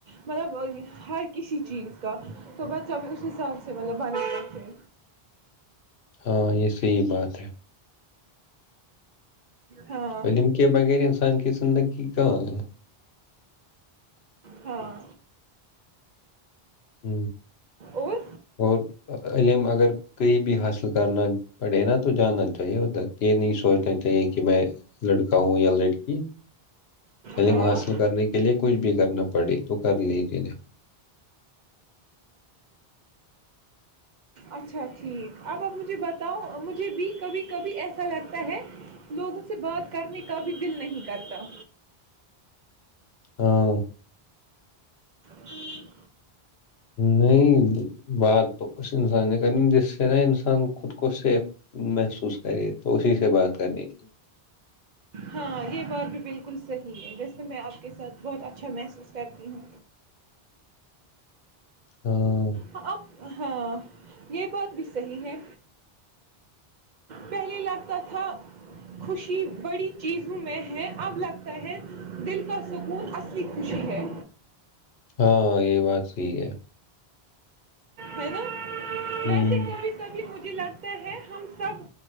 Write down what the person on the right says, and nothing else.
مطلب ہر کسی چیز کا تو بچہ بھی اس حساب سے مطلب بنے رکھے
ہاں
ہاں
اور
ہاں
اچھا ٹھیک اب اب مجھے بتاؤ مجھے بھی کبھی کبھی ایسا لگتا ہے لوگوں سے بات کرنے کا بھی دل نہیں کرتا
ایکید
ہاں یہ بات بھی بالکل صحیح ہے ویسے میں آپ کے ساتھ بہت اچھا محسوس کرتی ہوں
اب ہاں یہ بات بھی صحیح ہے پہلے لگتا تھا خوشی بڑی چیزوں میں ہے اب لگتا ہے دل کا سکون اصلی خوشی ہے
ہے نا ویسے
کبھی کبھی مجھے مجھے لگتا ہے ہم سب